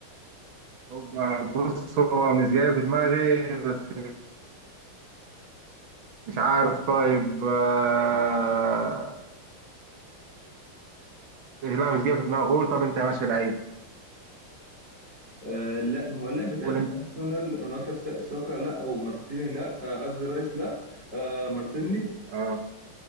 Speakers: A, on the right (about 70°); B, on the right (about 55°).
A: اوبا بص هو مش جاي في دماغي بس مش عارف طيب آه...
B: مهاجم
A: لا مش جاي في دماغي قول طب انت يا ماشي لعيب
B: آه لا ما هو اللاعب بتاع
A: قول انت
B: ارسنال انا قلت لك سا- ساكا لا ومارتيني لا آه، قصدي رايس لا آه مارتينلي
A: اه